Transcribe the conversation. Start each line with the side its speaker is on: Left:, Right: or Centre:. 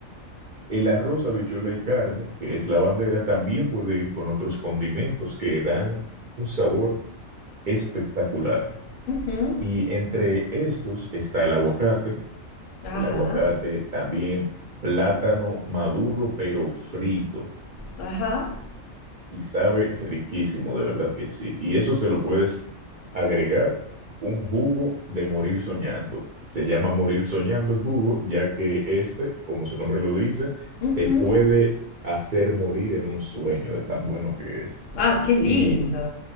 Right: el arroz, habichuela y carne, que es la bandera, también puede ir con otros condimentos que dan un sabor espectacular.
Left: ujú,
Right: Y entre estos está el aguacate, el
Left: Ajá.
Right: aguacate también plátano maduro pero frito
Left: Ajá.
Right: y sabe riquísimo, de verdad que sí. Y eso te lo puedes agregar un jugo de morir soñando. Se llama morir soñando el jugo, ya que este, como su nombre lo dice,
Left: ujú.
Right: te puede hacer morir en un sueño de tan bueno que es.
Left: Ah, qué lindo.
Right: Y